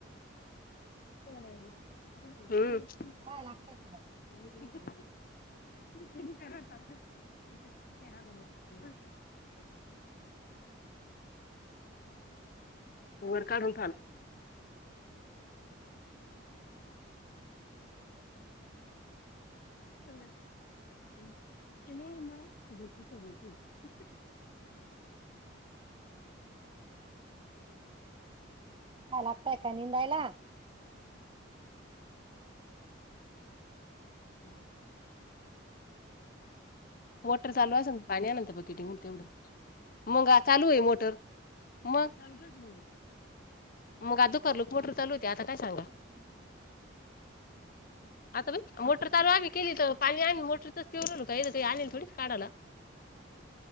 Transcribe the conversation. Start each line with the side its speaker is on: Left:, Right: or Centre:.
Left: <unintelligible> हूं
Right: काय लागते <unintelligible>
Left: <inaudible> <inaudible> वर काढून <unintelligible> <unintelligible> <unintelligible>
Right: आलात बायका निंदायला
Left: हूं हूं मोटर चालू असल... पाणी आणा ना... त्यां बकेटी मधनं तेवढं चालू ए... मग चालू ए मोटर. मंग <unintelligible> मग आज दुपारला मोटर चालू होती... आता काय सांगा
Right: <unintelligible>
Left: आता बाई... मोटर चालू आम्ही केली तर... पाणी आम्ही मोटरचंच पिऊ राहिलो... काय इथं आणेल थोडीच ए काढाला